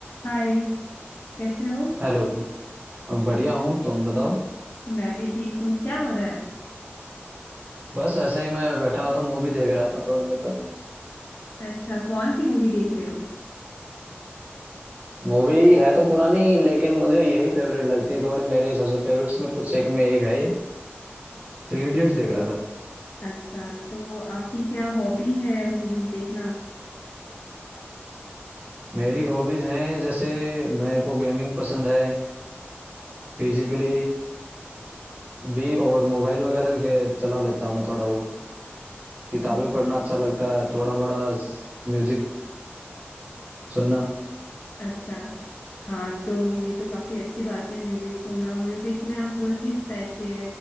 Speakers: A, on the left; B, on the right.
A: हाय कैसे हो
B: Hello बढ़िया हूँ तुम बताओ
A: मैं भी ठीक हूँ क्या हो रहा है
B: बस ऐसे ही मैं बैठा हुआ था मूवी देख रहा था थोड़ी देर पहले
A: अच्छा कौन सी मूवी देख रहे हो
B: मूवी है तो पुरानी लेकिन मुझे यही फेवरेट लगती है थोड़ी मेरे हिसाब से फेवरेट्स में कुछ एक में एक है ये थ्री इडियट्स देख रहा था
A: अच्छा तो आपकी क्या हॉबी है मूवीज देखना
B: मेरी हॉबीज हैं जैसे मेरे को गेमिंग पसंद है फिजिकली भी और मोबाइल वगैरह भी खे- चला लेता हूँ मैं थोड़ा बहुत किताबें
A: अ-
B: पढ़ना अच्छा लगता है थोड़ा मोड़ा म्यूजिक सुनना
A: अच्छा हाँ तो ये तो काफी अच्छी बात है म्यूजिक सुनना म्यूजिक में आप किस टाइप के